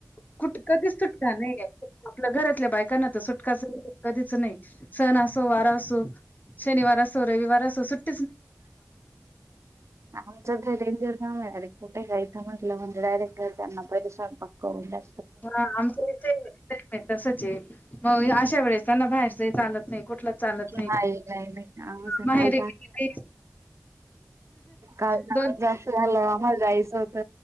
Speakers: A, on the left; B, on the right.
A: कुट कधीच सुटका नाही आपल्या घरात बायका ना तर सुटकाचं. कधीच नाही सण असो वारा असो शनिवार असो रविवार असो सु्ट
B: आमचं ते डेंजर का मिणार रे कुठे गयं म्हटलं म्हज डायेटय त्यांना पहि सां पक्क होऊ जा
A: हा आमच्याथ तसच आहे मग अशा वेळे त्यांना बाहेरच चालत नाही. कुठलंच चालत
B: नाही नाही नाही सकाल
A: माहेरी गेली
B: काल
A: दोन
B: जास्त झालं जायचं होत